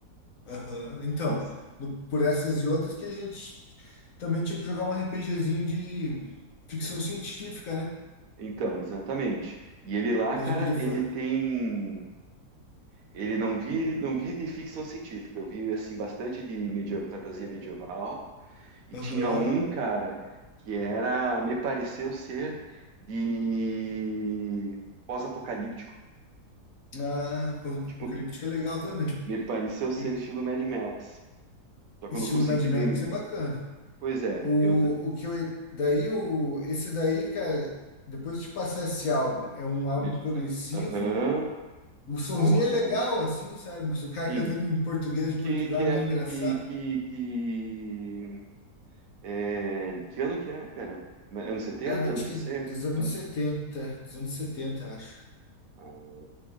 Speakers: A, on the left (about 55°); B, on the right (about 60°).
A: Aham. Então,
B: 20
A: no- por essas e outras que a gente também tinha que jogar um RPGzinho de ficção científica, né?
B: então, exatamente. E ele lá,
A: Daí
B: cara,
A: a gente podia
B: ele
A: fazer.
B: tem. Ele não vi, ele não vi de ficção científica. Eu vi assim bastante de media, fantasia medieval E
A: Aham.
B: tinha um, cara, que era, me pareceu ser de pós-apocalíptico.
A: Ah, pós-apocalíptica
B: Tipo,
A: é legal também.
B: me pareceu ser
A: E
B: estilo Mad Max. Só que
A: estilo
B: eu não consegui
A: Mad Max
B: ler muito.
A: é bacana.
B: Pois é,
A: O,
B: eu. t-
A: o que eu. Daí, o, esse daí, cara, depois de passar esse álbum, é um álbum
B: me-
A: progressivo.
B: Aham,
A: O sonzinho
B: boa,
A: é legal,
B: cara.
A: assim, sabe? O cara
B: Sim.
A: cantando em português de
B: Que,
A: Portugal
B: que,
A: é meio
B: é-
A: engraçado.
B: que, que, que, é, de que ano que é, cara? Ma- Anos 70
A: Acho
B: anos 60?
A: que é dos anos
B: Ano-
A: 70, dos anos setenta acho.
B: Ah,